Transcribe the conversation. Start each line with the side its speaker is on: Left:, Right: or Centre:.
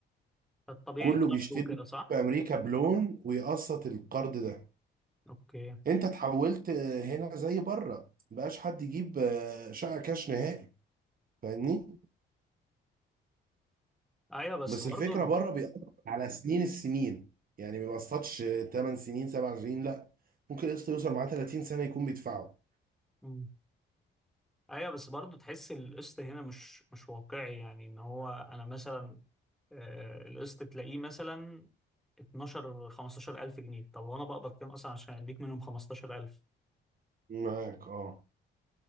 Centre: الطبيعي
Right: كله
Centre: كارد
Right: بيشتري
Centre: وكده صح
Right: في امريكا بلون ويقسط القرض ده
Centre: اوكي
Right: انت اتحولت آه، هنا زي بره مبقاش حد يجيب آه، شقه كاش نهائي فاهمني
Centre: ايوه بس
Right: بس
Centre: برضو
Right: الفكره بره بيقسط على سنين السنين يعني ما بيقسطش 8 سنين 7 سنين لا ممكن القسط يوصل معاه 30 سنه يكون بيدفعه
Centre: ال... ايوه بس برضه تحس القسط هنا مش مش واقعي يعني ان هو انا مثلا آه، القسط تلاقيه مثلا 12 15 الف جنيه طب هو انا بقبض كام اصلا عشان اديك منهم 15 الف
Right: معاك اه